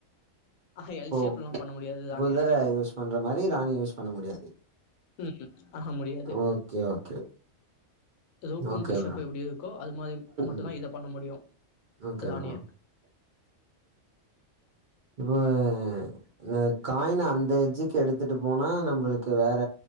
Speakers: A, on the left; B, on the right.
A: அ
B: இப்போ
A: எல் ஷேப் எல்லா பண்ண முடியாது ராணியால
B: குதிர யூஸ் பண்ற மாதிரி ராணிய யூஸ் பண்ண முடியாது
A: ம். ஆஹா முடியாது.
B: ஓகே ஓகே
A: ரூக்கும்
B: ஓகே
A: பிஷப்
B: ப்ரோ
A: எப்டி இருக்கோ அது மாதிரி மட்டுதா
B: ம்
A: இத பண்ண முடியும்
B: ஓகே
A: ராணிய
B: ப்ரோ இப்போ இந்த காயின அந்த எஜ்ஜுக்கு எடுத்துட்டு போனா நம்மளுக்கு வேற